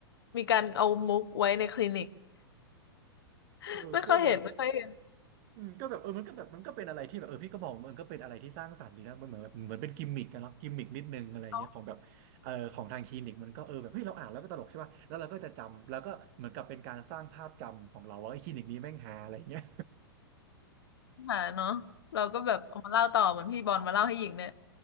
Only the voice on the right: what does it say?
เออก็แบบ
อืมก็แบบเออมันก็แบบมันก็เป็นอะไรที่แบบเออพี่ก็บอกว่ามันก็เป็นอะไรที่สร้างสรรค์ดีนะมันเหมือนแบบเหมือนเป็นกิมมิกอะเนาะกิมมิกนิดนึงอะไรเงี้ยของแบบเออของทางคลินิกมันก็เออแบบเฮ้ยเราอ่านแล้วก็ตลกใช่ป่ะแล้วเราก็จะจำแล้วก็เหมือนกับเป็นการสร้างภาพจำของเราว่าไอ้คลินิกนี้แม่งฮาอะไรเงี้ย